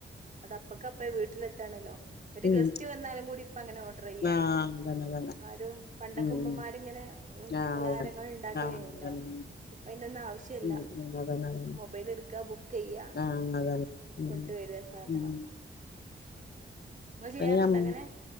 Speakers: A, on the right; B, on the left.
A: അത് അപ്പക്കപ്പെ വീട്ടിലെത്താണല്ലോ ഒര്
B: ഉം
A: ഗസ്റ്റ് വന്നാലും കൂടി ഇപ്പങ്ങനെ ഓർഡറെയ്യാണ്
B: ആഹ് അതെ അതെ
A: ആരും പണ്ടൊക്കെമ്മമാര്ങ്ങനെ
B: ഉം
A: ഉം
B: ആഹ്
A: പലഹാരങ്ങൾ ഇണ്ടാക്കലേയ്ഞ്ഞല്ലോ
B: അതന്നെ അതന്നെ
A: ഇപ്പയ്ന്റൊന്നും ആവ്ശ്യല്ല
B: ഉം ഉം ആഹ് അതന്നെ ആഹ് അതന്നെ ഉം ഉം അതന്നെ അതന്നെ
A: മൊബൈലെട്ക്ക ബുക്കെയ്യ
B: ആഹ് അതന്നെ ഉം
A: കൊണ്ട് വര സാധനം
B: ഉം
A: നിങ്ങൾ ചെയ്യാറുണ്ടോ
B: പിന്നെ അം
A: അങ്ങനെ